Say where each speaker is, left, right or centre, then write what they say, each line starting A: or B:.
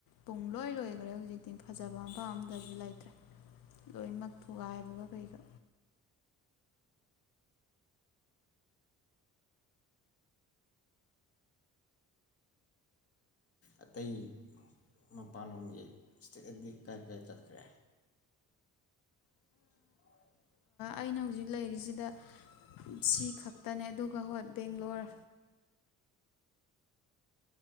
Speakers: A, on the left; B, on the left.
A: ꯄꯨꯡ ꯂꯣꯏ ꯂꯣꯏꯈ꯭ꯔꯦ ꯍꯧꯖꯤꯛꯇꯤ ꯐꯖꯕ ꯃꯐꯝ ꯑꯝꯇꯁꯨ ꯂꯩꯇ꯭ꯔꯦ ꯂꯣꯏꯃꯛ ꯊꯨꯒꯥꯏꯕꯒ ꯀꯩꯒ
B: ꯑꯇꯩ ꯃꯄꯥꯟꯂꯣꯝꯒꯤ ꯏꯁꯇꯦꯠꯗꯤ ꯀꯥꯏ ꯀꯥꯏ ꯆꯠꯈ꯭ꯔꯦ <inaudible>
A: ꯑꯩꯅ ꯍꯧꯖꯤꯛ ꯂꯩꯔꯤꯁꯤꯗ ꯁꯤ ꯈꯛꯇꯅꯦ ꯑꯗꯨꯒ ꯍꯣꯏ ꯕꯦꯡꯒ꯭ꯂꯣꯔ